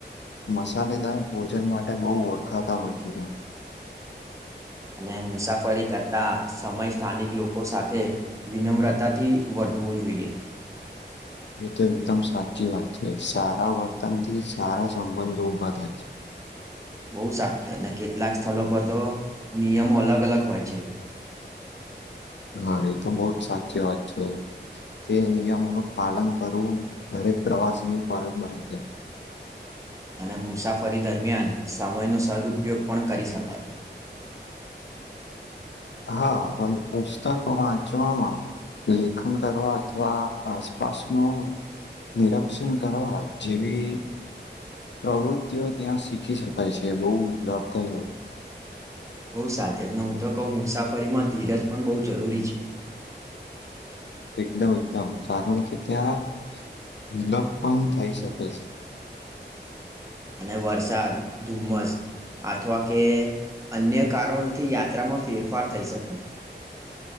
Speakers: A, on the left; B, on the right.
A: મસાલેદાર ભોજન, માટે બહુ ઓળખાતા હોય છે.
B: અને મુસાફરી કરતા સમય સ્થાનિક, લોકો સાથે વિનમ્રતાથી વ વધવું, જોઈએ
A: એ તો એકદમ સાચી વાત છે, સારા વર્તનથી સારા સંબંધો ઉઊભા થાય છે.
B: બહુ સાચ્ય અને કેટલાક સ્થળ પર, તો નિયમો અલગ અલગ હોય છે. <unintelligible>
A: હા, એ તો બહજ સાચી વાત છે, તે નિયમો ન પાલન કરવું એક પ્રવાસની ખ્વારત બન છે.
B: <unintelligible> અને મુસાફરી દરમિયાન સમયનો, સદઉપયોગ પણ કરી શકાય <unintelligible>
A: હા, પણ પુસ્તક વાંચવામાં લેખન કરવા, અથવા આસપાસ ન નિરક્ષણ કરવા જેવી, પ્રવૃતિઓ ત્યાં શ ચી શકાય છે, બહુ લાભ થાય હોય.
B: બહુ સાધ્ય જન હું, તો કહ મુસાફરીમાં ધીરજ પણ બહુ જરૂરી છે.
A: એકદમ એકદમ કારણ કે, ત્યાં વિલપ પણ થઈ, શકે છે.
B: અને વરસાદ ધુમ્મસ અથવા કે અન્ય કારણોથી યાત્રામાં ફેરફાર થઈ, શકે